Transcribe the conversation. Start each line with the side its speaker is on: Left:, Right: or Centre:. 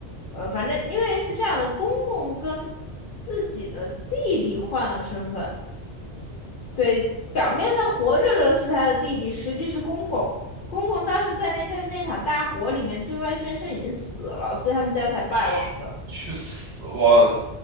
Left: 呃，反正因为是这样的，公公跟自己的弟弟换了身份，对，表面上活着的是他的弟弟，实际是公公。公公当时在那在那场大火里面对外宣称已经死了，所以他们家才败亡的。
Right: 去去死吧！